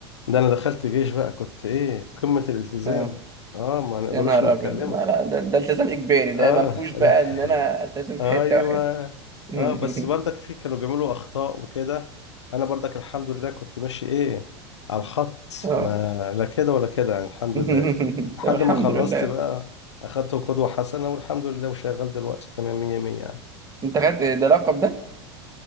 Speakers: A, on the left; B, on the right.
A: ده انا دخلت جيش بقى كنت ايه قمة الالتزام
B: اه
A: اه ما نقدروش
B: يا نهار
A: نتكلموا
B: ابيض ما لا ده, ده التزام اجباري ده
A: اه
B: ما فيهوش بقى
A: لا
B: ان
A: <laughs>
B: انا التزم في
A: ايوه
B: حته وحته <laughs>
A: اه بس برضك في كانوا بيعملوا اخطاء وكده انا برضك الحمد لله كنت ماشي ايه على الخط
B: اه
A: ما لا كده ولا كده يعني الحمد
B: <laughs>
A: لله لحد
B: طب الحمد
A: ما خلصت
B: لله
A: بقى اخدت قدوة حسنة والحمد لله وشغال دلوقتي تمام 100 100 يعني
B: انت خدت ده لقب ده